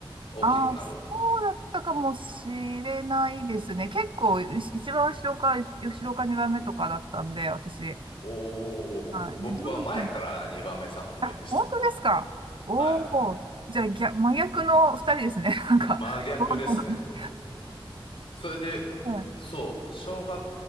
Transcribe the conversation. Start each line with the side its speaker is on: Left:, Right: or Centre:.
Left: 大きくなる。
Right: ああ、そうだったかもしれないですね。結構、い一番後ろか、後ろか2番目とかだったんで、私。
Left: おー、
Right: はい。
Left: 僕は前から2番目、
Right: で、どうぞ
Left: 3番目でした。
Right: あ、本当ですか。おお、
Left: はい。
Right: じゃあ、逆、真逆の二人ですね。<laughs> なんか、
Left: 真逆ですね。
Right: どんどん <laughs>
Left: それで、
Right: はい。
Left: そう、小学